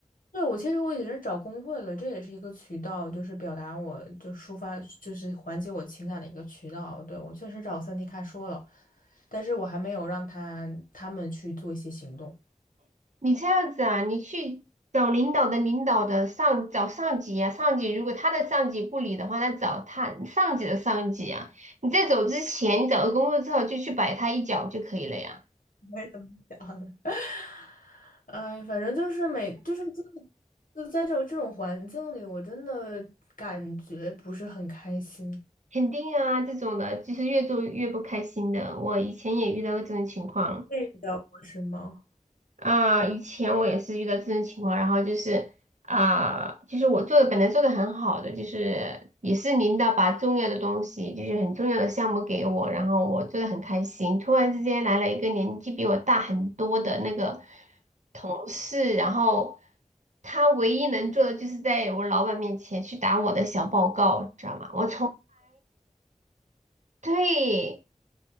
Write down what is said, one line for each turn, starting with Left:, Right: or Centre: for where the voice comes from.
Left: 对，我其实我已经是找工会了，这也是一个渠道，就是表达我就抒发，就是缓解我情感的一个渠道。对，我确实找三 D 卡说了，但是我还没有让他他们去做一些行动。
Right: 你这样子啊，你去找领导的领导的上，找上级啊，上级如果他的上级不理的话，那找他上级的上级啊。你在走之前，你找到工作之后就去摆他一脚就可以了呀。
Left: <laughs> 我也这么想的。<laughs> 哎，反正就是每就是这种就在这种这种环境里，我真的感觉不是很开心，
Right: 肯定啊，这种的就是越做越不开心的。我以前也遇到过这种情况。
Left: 对的，我是吗？
Right: 啊、以前我也是遇到这种情况，然后就是啊、就是我做的本来做的很好的，就是也是领导把重要的东西，就是很重要的项目给我，然后我做的很开心。突然之间来了一个年纪比我大很多的那个同事，然后他唯一能做的就是在我老板面前去打我的小报告，知道吗？我从对。